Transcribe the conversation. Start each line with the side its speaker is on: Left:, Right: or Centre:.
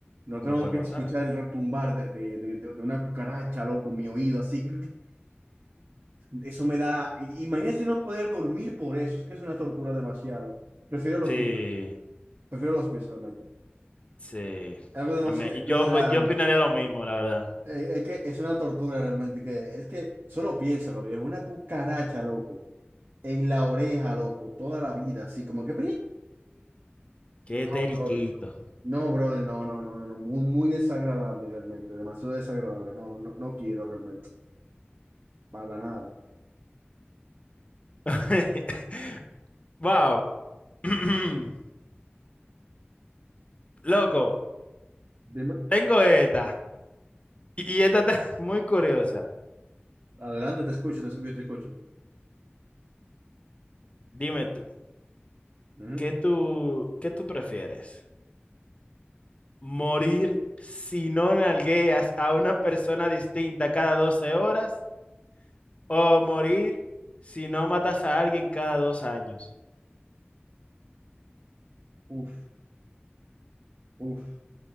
Right: no
Left: Uno
Right: tengo
Left: puede
Right: que
Left: matarla.
Right: escuchar el retumbar de, de, de, de una cucaracha, loco, en mi oído, así. Eso me da. i- Imagínate no poder dormir por eso, es que es una tortura demasiado. Prefiero los
Left: Sí,
Right: pies, prefiero los pies realmente.
Left: sí.
Right: Algo demasiado.
Left: A mí- y yo,
Right: Lo de
Left: voy-
Right: la.
Left: yo opinaría lo mismo, la verdad.
Right: eh, es que es una tortura realmente, que es que solo piénsalo, viejo, una cucaracha, loco, en la oreja, loco, toda la vida, así como que.
Left: Qué
Right: No,
Left: teriquito.
Right: brother, no. No, brother, no, no, no, no, muy, muy desagradable realmente, demasiado desagradable, no, no, no quiero realmente, para nada.
Left: <laughs> Wow. <clears throat> Loco,
Right: Dime,
Left: tengo esta. Y y esta está <laughs> muy curiosa.
Right: adelante, te escucho, te escucho, te escucho.
Left: Dime tú,
Right: Ujú.
Left: ¿qué tú, qué tú prefieres? ¿Morir si no nalgueas a una persona distinta cada 12 horas? ¿O morir si no matas a alguien cada dos años?
Right: Uf, uf,